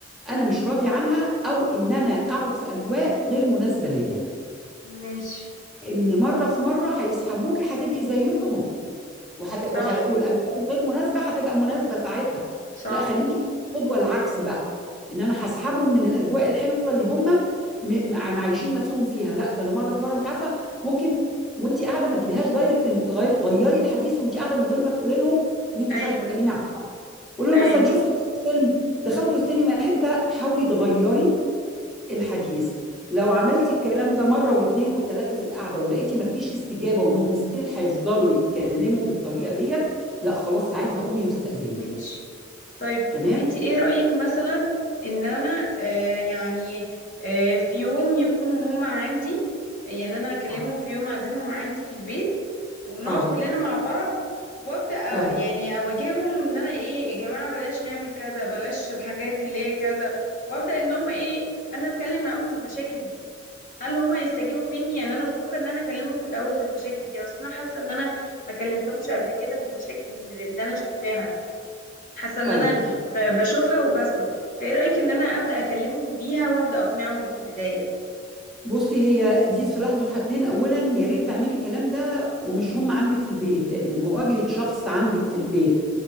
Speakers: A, in the centre; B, on the left (about 45°).
A: انا مش راضي عنها او ان انا اقعد في اجواء غير مناسبه ليا
B: ماشي
A: ان مره في مره هيسحبوكي هتبقي زيهم وحت...
B: صح
A: وح... والاجزاء الغير مناسبه هتبقى مناسبه ساعتها
B: صح
A: لا خليكي قدوه العكس بقى ان انا هسحبهم من الاجواء الحلوه اللي هم م... مع- معيشين نفسهم فيها لا ده انا مره في مره انت عارفه ممكن وانت قاعده ما تجيبيهاش دايركت انك تغيري غيري الحديث وانت قاعده من غير ما تقولي لهم ان انت
B: ايوه
A: مش عايزه تتكلمي عنه قولي له
B: ايوه
A: مثلا شفتوا فيلم دخلتوا السينما امتى حاولي تغيري الحديث لو عملتي الكلام ده مرة واتنين وتلاتة في القعدة ولقيتي مفيش استجابة وانهم ستيل هيفضلوا يتكلموا بالطريقة ديت لا خلاص ساعتها قومي واستأذني
B: ماشي طيب
A: تمام
B: انت ايه رأيك مثلا ان انا آه يعني آه في يوم يكونوا هم عندي يعني انا اكلمهم
A: آه.
B: في يوم اعزمهم عندي في البيت ونقعد
A: اه
B: كلنا مع بعض وابدا أ-
A: اه
B: يعني اواجههم ان انا ايه يا جماعة بلاش نعمل كذا بلاش الحاجات اللي هي كذا وابدا ان هم ايه انا اتكلم معاهم في المشاكل دي هل هم هيستجيبوا مني يعني انا بفكر ان انا اكلمهم في الاول في المشاكل دي اصل انا حاسة ان انا ما كلمتهمش قبل كده في المشاكل اللي اللي انا شايفاها حاسه ان
A: طيب
B: انا ب- بشوفها وبسكت فايه رايك ان انا ابدا اكلمهم بيها وابدا اقنعهم في البدايه
A: بصي هي دي سلاح ذو حدين اولا يا ريت تعملي الكلام ده ومش هم عندك في البيت لان مواجهة شخص عندك في البيت